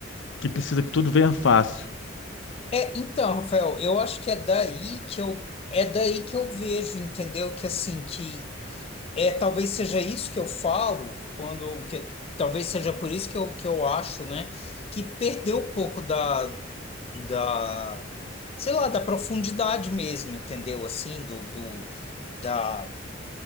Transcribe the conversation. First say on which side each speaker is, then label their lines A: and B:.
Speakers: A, on the left; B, on the left.
A: que precisa que tudo venha fácil.
B: É, então, Rafael, eu acho que é daí que eu é daí que eu vejo, entendeu? Que assim, que é talvez seja isso que eu falo quando que talvez seja por isso que eu, que eu acho, né, que perdeu um pouco da da sei lá, da profundidade mesmo, entendeu? Assim, do do da